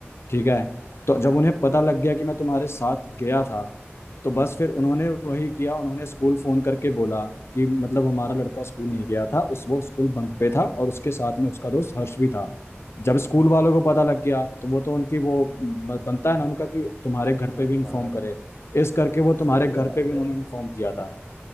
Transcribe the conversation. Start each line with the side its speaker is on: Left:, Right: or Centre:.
Left: ठीक है तो जब उन्हें पता लग गया कि मैं तुम्हारे साथ गया था तो बस फिर उन्होंने वही किया उन्होंने स्कूल फोन करके बोला कि मतलब हमारा लड़का स्कूल नहीं गया था उस वो स्कूल बंक पे था और उसके साथ में उसका दोस्त हर्ष भी था जब स्कूल वालों को पता लग गया तो वो तो उनकी वो म- बनता है ना उनका कि तुम्हारे घर
Right: <laughs>
Left: पे भी इन्फॉर्म
Right: हाँ
Left: करे इस करके वो तुम्हारे
Right: सही
Left: घर
Right: बात
Left: पे भी उन्होंने
Right: है
Left: इन्फॉर्म किया था